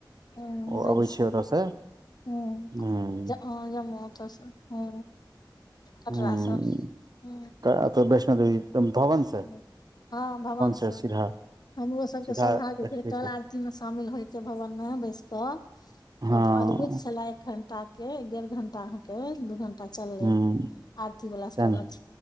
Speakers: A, on the left (about 60°); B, on the right (about 55°).
A: हँ
B: ओ
A: दै
B: अबै
A: छै।
B: ओतऽ से
A: ह
B: हुं
A: जम जम ओ तऽस ह। कटरा
B: हुं
A: स ह
B: अतऽ वैष्णो देवी एकदम भवन से
A: ह। हँ भवन
B: से
A: स
B: सीधा
A: हमरो सबके
B: सीधा
A: सोभाग
B: देखबै
A: भेटल
B: छै
A: आर मे शामिल होइ छै भवन में बैस क
B: हँ
A: ओ अद्भुत। एक घंटा के डेढ़ घंटा अह के दू घंटा चललै
B: हुं
A: आरती वला सब
B: सैह न
A: अथ